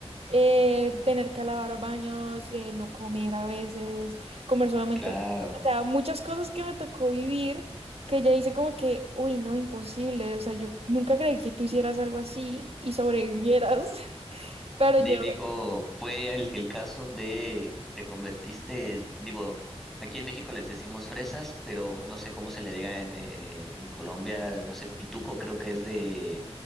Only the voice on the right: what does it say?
eh, tener que lavar baños, eh, no comer a veces, comer solamente,
o sea, muchas cosas que me tocó vivir que ya hice como que, uy, no, imposible, o sea, yo nunca creí que tú hicieras algo así y sobrevivieras, <laughs> pero
yo,